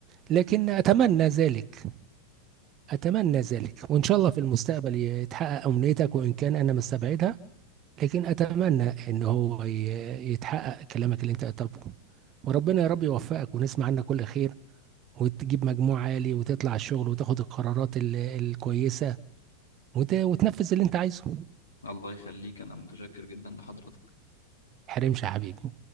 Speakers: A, on the right (about 35°); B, on the left (about 75°).
A: لكن اتمنى ذلك اتمنى ذلك وان شاء الله في المستقبل يتحقق امنيتك وان كان انا مستبعدها لكن اتمنى ان هو ي- يتحقق كلامك اللي انت طالبه وربنا يا رب يوفقك ونسمع عنك كل خير وتجيب مجموع عالي وتطلع الشغل وتاخد القرارات ال- الكويسة وت... وتنفذ اللي انت عايزه
B: الله يخليك انا متشكر جدا لحضرتك
A: حرمش يا حبيبي